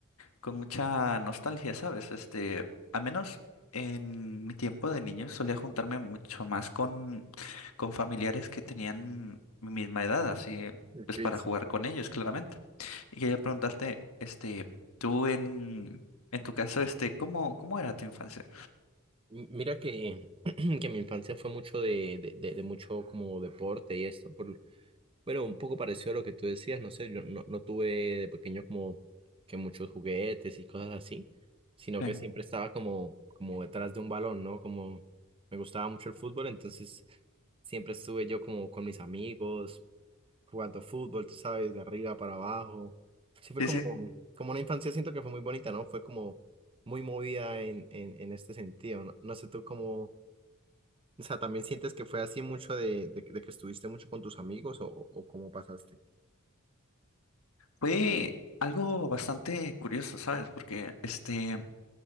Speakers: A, on the left; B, on the right.
A: con mucha nostalgia, ¿sabes? Este, al menos en mi tiempo de niño solía juntarme mucho más con, con familiares que tenían mi misma edad, así
B: Ok,
A: pues para
B: sí.
A: jugar con ellos, claramente. Y quería preguntarte, este, tú en, en tu caso, este, ¿cómo, cómo era tu infancia?
B: M- Mira que, <clears throat> que mi infancia fue mucho de, de, de- de mucho como deporte y esto, por, Bueno, un poco parecido a lo que tú decías, no sé, yo no, no tuve de pequeño como que muchos juguetes y cosas así, sino
A: Sí,
B: que siempre estaba como, como detrás de un balón, ¿no? Como me gustaba mucho el fútbol, entonces siempre estuve yo como con mis amigos, jugando fútbol, tú sabes, de arriba para abajo. Sí fue
A: sí,
B: como,
A: sí.
B: como una infancia, siento que fue muy bonita, ¿no? Fue como muy movida en, en, en este sentido, ¿no? No sé tú cómo, o sea, ¿también sientes que fue así mucho de, de, de que estuviste mucho con tus amigos o, o o cómo pasaste?
A: Fue algo bastante curioso, ¿sabes? Porque, este,